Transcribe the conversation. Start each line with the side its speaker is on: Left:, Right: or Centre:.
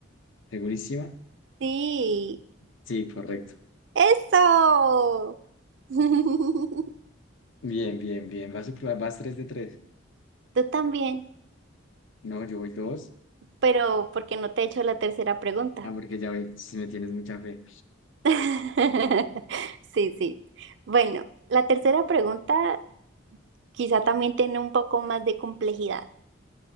Left: ¿Segurísima?
Right: sí.
Left: Sí, correcto.
Right: ¡Eso! <laughs>
Left: Bien, bien, bien. Vas, sup- vas 3 de 3.
Right: Tú también,
Left: No, yo voy 2.
Right: pero porque no te he hecho la tercera pregunta.
Left: Ah, porque ya ve, si me tienes mucha fe.
Right: <laughs> Sí, sí. Bueno, la tercera pregunta quizá también tiene un poco más de complejidad.